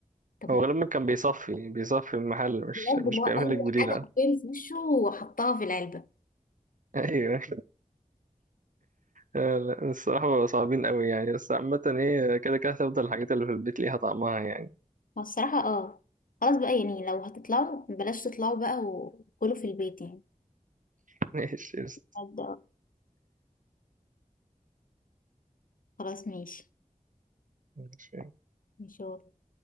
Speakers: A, on the left; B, on the right.
A: طب
B: هو
A: ما
B: غالبا كان بيصفي بيصفي المحل مش
A: بجد
B: مش
A: اللي هو
B: بيعمل
A: اي
B: لك بديل
A: حاجه حرفيا في وشه وحطها في العلبه
B: ايوه آه، لا الصراحه بقوا صعبين قوي يعني بس عامه هي كده كده هتفضل الحاجات اللي في البيت ليها طعمها يعني
A: فالصراحه اه خلاص بقى يعني لو هتطلعوا بلاش تطلعوا بقى وكلوا في البيت يعني
B: <laughs> ماشي قشطة.
A: بجد، آه. خلاص ماشي
B: ماشي
A: ماشي